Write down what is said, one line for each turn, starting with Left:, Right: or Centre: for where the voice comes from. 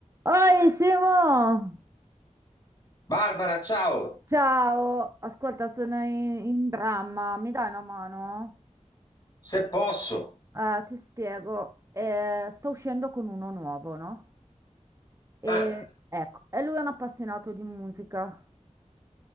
Right: Oi Simo!
Left: Barbara, ciao!
Right: Ciao! Ascolta, sono in, in dramma, mi dai una mano?
Left: Se posso.
Right: Eh, ti spiego. Eh, sto uscendo con uno nuovo, no? E,
Left: Ah,
Right: ecco, e lui è un appassionato di musica.